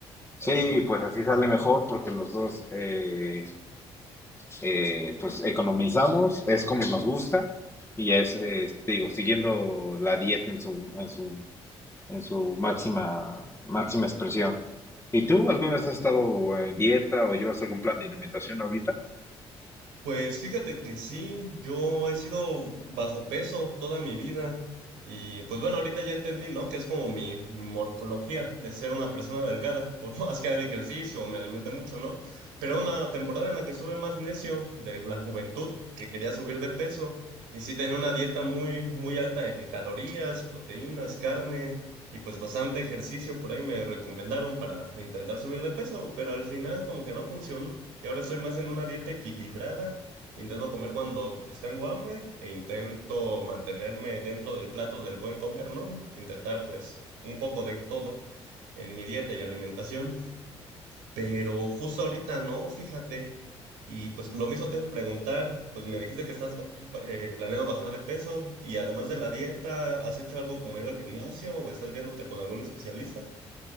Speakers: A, on the left; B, on the right.
A: Sí,
B: Así.
A: pues así sale
B: ujú.
A: mejor porque los dos eh, eh, pues economizamos, es como nos gusta y es, eh, te digo, siguiendo la dieta en su, en su, en su máxima, máxima expresión. ¿Y tú alguna vez has estado en dieta o llevas algún plan de alimentación ahorita?
B: Pues fíjate que sí, yo he sido bajo peso toda mi vida y pues bueno, ahorita ya entendí, ¿no? Que es como mi mi morfología de ser una persona delgada, por <laughs> más que haga ejercicio o me alimente mucho, ¿no? Pero una temporada en la que estuve más necio de la juventud, que quería subir de peso y sí tenía una dieta muy, muy alta en calorías, proteínas, carne y pues bastante ejercicio por ahí me recomendaron para intentar subir de peso, pero al final como que no funcionó. Y ahora estoy más en una dieta equilibrada Intento comer cuando pues, tengo hambre e intento mantenerme dentro del plato del buen comer, ¿no? Intentar pues un poco de todo en mi dieta y alimentación. Pero justo ahorita no, fíjate. Y pues lo mismo te iba a preguntar, pues me dijiste que estás ba- eh, planeando bajar de peso y además de la dieta, ¿has hecho algo como ir al gimnasio o estás viéndote con algún especialista?